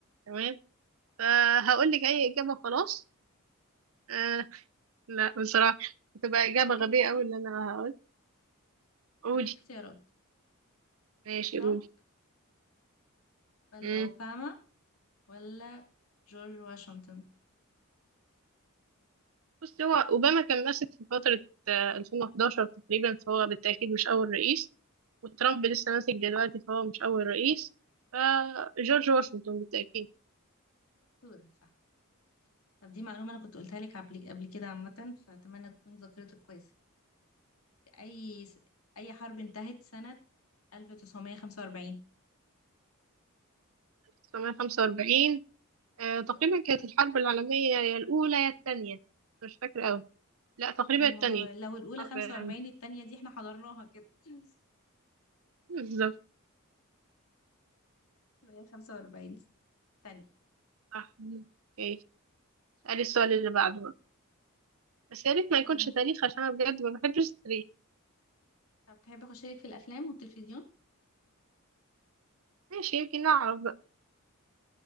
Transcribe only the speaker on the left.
طب
اديكي
تشوز
هديكي اختيارات
ترامب
ولا
اوباما ولا جورج واشنطن
دكتورة صح طب دي معلومة انا كنت قلتها لك قبل قبل كده عامة فاتمنى تكون ذاكرتك كويسة اي س- اي حرب انتهت سنة 1945
ايوه
لا يعني
ما هو لو الأولى
45
التانية دي احنا حضرناها كده <laughs>
يبقى هي 45 التانية
امم
طب تحب أخش لك في الأفلام والتلفزيون؟